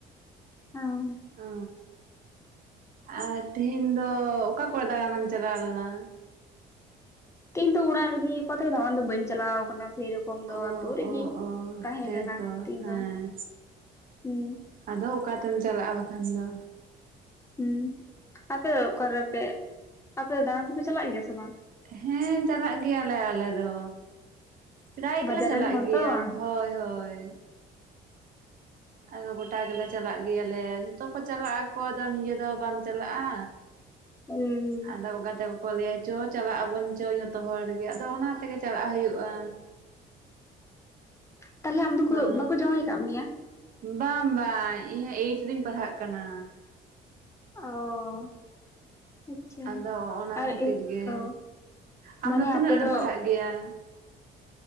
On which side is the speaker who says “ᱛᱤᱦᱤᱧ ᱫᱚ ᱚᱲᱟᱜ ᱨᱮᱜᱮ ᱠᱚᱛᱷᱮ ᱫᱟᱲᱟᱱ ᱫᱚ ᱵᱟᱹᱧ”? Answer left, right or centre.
Left